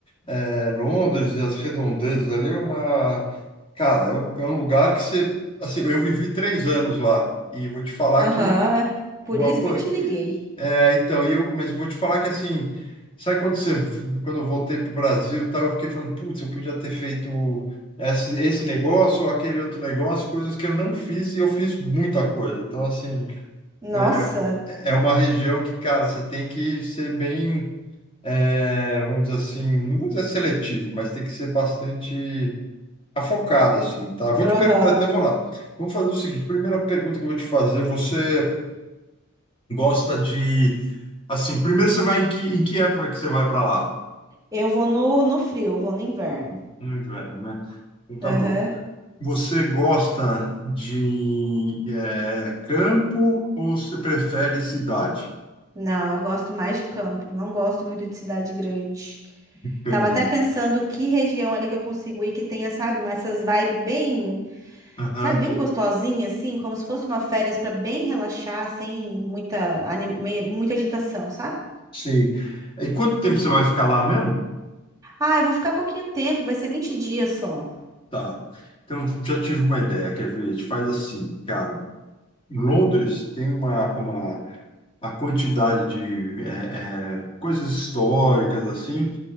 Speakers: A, on the left; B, on the right.
A: é, Londres e as redondezas ali é uma, cara, é um, é um lugar que você, assim, eu vivi três anos lá e vou te falar
B: Aham.
A: que
B: Por
A: vou
B: isso
A: apan-
B: que eu te liguei.
A: é, então, e eu, mas vou te falar que assim, sabe quando você, quando eu voltei para o Brasil, e tal, eu fiquei falando, putz, eu podia ter feito esse, esse negócio ou aquele outro negócio, coisas que eu não fiz e eu fiz muita coisa. Então, assim,
B: Nossa.
A: é, é uma região que, cara, você tem que ser bem, é, vamos dizer assim, não vou dizer seletivo, mas tem que ser bastante afocado, assim, tá? Vou
B: Aham.
A: te perguntar, então vamos lá. Vamos fazer o seguinte, primeira pergunta que eu vou te fazer, você Gosta de. Assim, primeiro você vai em que, em que época que você vai para lá?
B: Eu vou no, no frio, eu vou no inverno.
A: No inverno, né? Então
B: Aham.
A: tá bom. Você gosta de eh, campo ou você prefere cidade?
B: Não, eu gosto mais de campo, não gosto muito de cidade grande.
A: Entendi.
B: Tava até pensando que região ali que eu consigo ir que tenha, sabe, uma- essas vibes bem,
A: Aham.
B: sabe, bem gostosinha, assim, como se fosse uma férias para bem relaxar, sem muita, ani- me- muita agitação, sabe?
A: Sim. E quanto tempo você vai ficar lá mesmo?
B: Ah, eu vou ficar pouquinho tempo, vai ser vinte dias só.
A: Tá. Então já tive uma ideia, quer ver? A gente faz assim, cara. Em Londres tem uma, uma a quantidade de eh, eh, coisas históricas assim